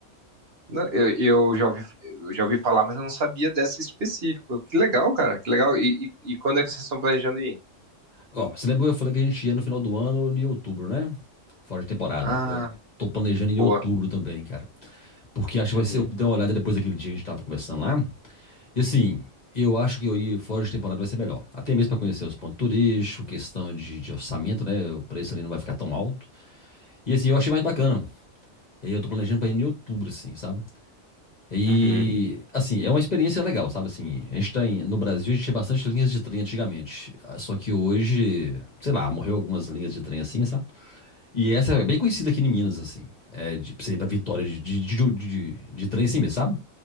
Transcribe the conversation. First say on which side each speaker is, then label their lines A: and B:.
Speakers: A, on the right (about 55°); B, on the left (about 35°).
A: Não, eu, eu já ouvi, eu já ouvi falar, mas eu não sabia dessa específica. Que legal, cara, que legal. E, e, e quando é que vocês estão planejando ir?
B: Ó, você lembra que eu falei que a gente ia no final do ano em outubro, né? Fora de temporada.
A: Ah,
B: Eu tô planejando
A: boa.
B: em outubro também, cara. Porque acho
A: Uhum,
B: que vai ser. Eu dei uma olhada depois daquele dia que a gente tava conversando lá. E assim, eu acho que eu ir fora de temporada vai ser melhor. Até mesmo para conhecer os pontos turísticos, questão de, de orçamento, né? O preço ali não vai ficar tão alto. E assim, eu achei mais bacana. E aí eu tô planejando pra ir em outubro, assim, sabe? E
A: uhum.
B: assim, é uma experiência legal, sabe? Assim, a gente tá em- no Brasil, a gente tinha bastante linhas de trem antigamente. Ah, Só que hoje, sei lá, morreu algumas linhas de trem assim, sabe? E essa é bem conhecida aqui em Minas, assim. É de pra você ir pra Vitória de, de, de, de, de trem assim mesmo, sabe?